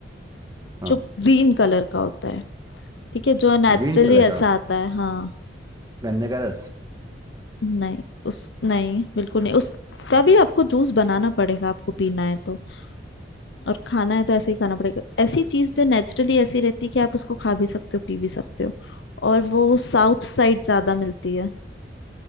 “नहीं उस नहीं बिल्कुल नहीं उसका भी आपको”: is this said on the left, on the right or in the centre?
Left